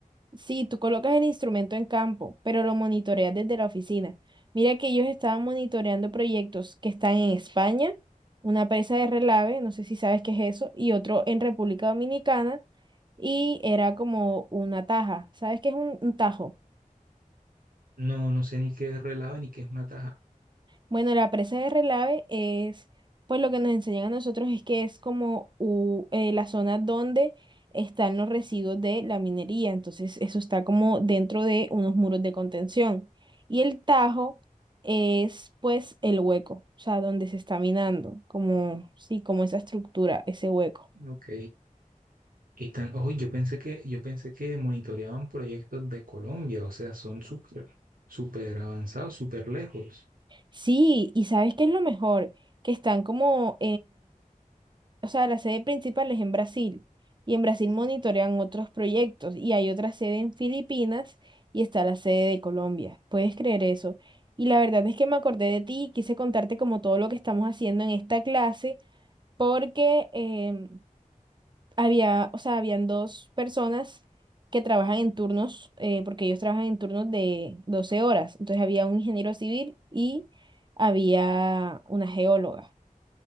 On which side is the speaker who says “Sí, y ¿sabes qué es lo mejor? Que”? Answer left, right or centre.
Right